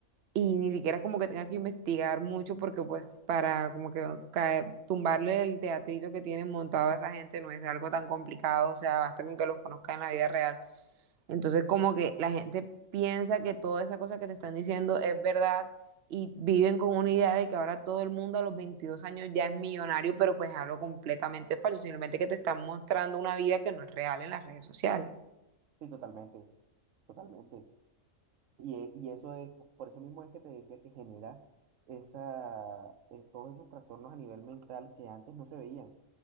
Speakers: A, on the right; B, on the right.
A: y ni siquiera como que tenga que investigar mucho porque pues para como que cae- tumbarle el teatrito que tienen montado a esa gente no es algo tan complicado, o sea, basta con que los conozca en la vida real. Entonces como que la gente piensa que toda esa cosa que te están diciendo es verdad y viven con una idea de que ahora todo el mundo a los 22 años ya es millonario, pero pues es algo completamente falso, simplemente que te están mostrando una vida que no es real en las redes sociales.
B: sí, totalmente, totalmente. Y, e- y eso es, por eso mismo es que te decía que genera esa, eh, todos esos trastornos a nivel mental que antes no se veían.